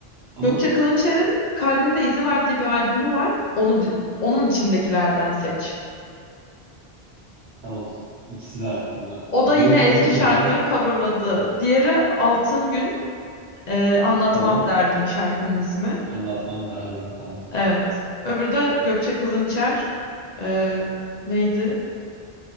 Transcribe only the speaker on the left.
Gökçe Kılınçer'in Kalbimde İzi Var diye bir albümü var. Onu din- onun içindekilerden seç.
O da yine
eski
şarkıları
coverladı. Diğeri Altın Gün, e, Anlatmam
Derdimi şarkının ismi.
Evet. Öbürü de Gökçe Kılınçer. Ee, neydi?